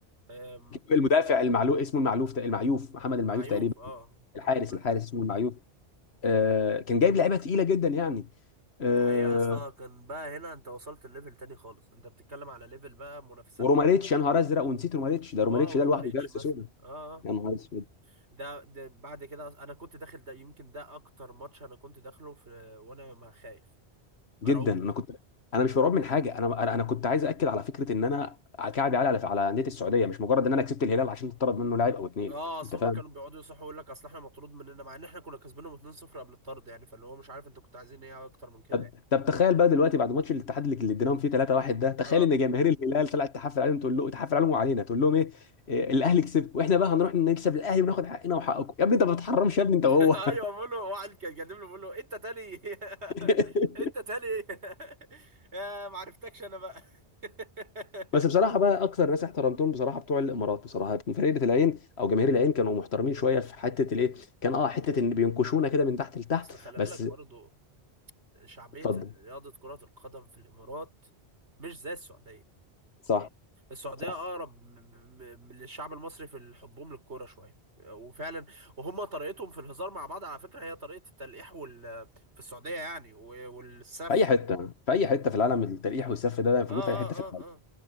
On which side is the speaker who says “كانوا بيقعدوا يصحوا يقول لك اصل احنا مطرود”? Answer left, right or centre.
Right